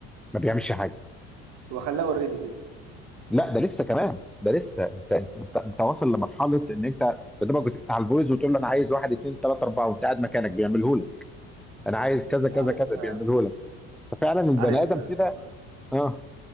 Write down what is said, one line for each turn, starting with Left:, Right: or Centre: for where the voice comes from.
Centre: ما بيعملش حاجه
Right: هو خلاه اوريدي كده
Centre: لا ده لسه كمان ده لسه انت انت انت أنت واصل لمرحله ان انت قدامك بتفتح الفويس وتقول له انا عايز واحد اثنين ثلاثه اربعه وانت قاعد مكانك بيعمله لك انا عايز كذا
Right: انت
Centre: كذا
Right: عارف
Centre: كذا
Right: آه،
Centre: بيعمله لك ففعلا البني
Right: عارف
Centre: ادم
Right: آه،
Centre: كده اه